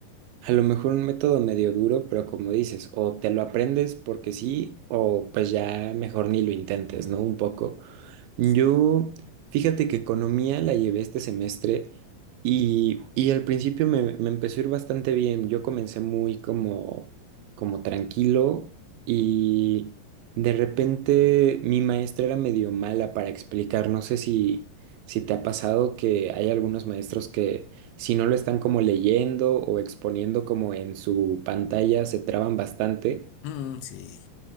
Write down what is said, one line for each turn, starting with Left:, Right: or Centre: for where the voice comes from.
Right: A lo mejor un método medio duro, pero como dices, o te lo aprendes porque sí, o pues ya mejor ni lo intentes, ¿no? Un poco. Yo,
Left: Sí.
Right: fíjate que economía la llevé este semestre y, y al principio me, me empezó a ir bastante bien. Yo comencé muy como, como tranquilo y de repente mi maestra era medio mala para explicar. No sé si, si te ha pasado que hay algunos maestros que si no lo están como leyendo o exponiendo como en su pantalla se traban bastante.
Left: Mm, sí.